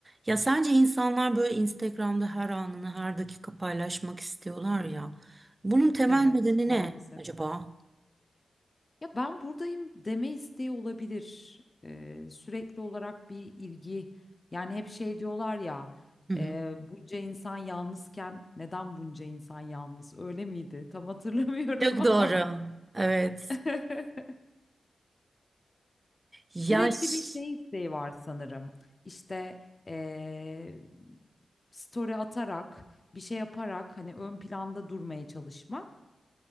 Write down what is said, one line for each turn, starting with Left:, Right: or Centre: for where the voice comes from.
Right: Ya sence insanlar böyle Instagram'da her anını her dakika paylaşmak istiyorlar ya. Bunun temel
Left: Evet,
Right: nedeni
Left: maalesef.
Right: ne acaba?
Left: Ya ben buradayım deme isteği olabilir. Ee, sürekli olarak bir ilgi. Yani hep şey diyorlar ya,
Right: Hı hı.
Left: e, bunca insan yalnızken neden bunca insan yalnız? Öyle miydi? Tam hatırlamıyorum
Right: Çok
Left: ama
Right: doğru. Evet.
Left: <laughs>
Right: Yaş.
Left: sürekli bir şey isteği var sanırım. İşte e, story atarak, bir şey yaparak hani ön planda durmaya çalışmak.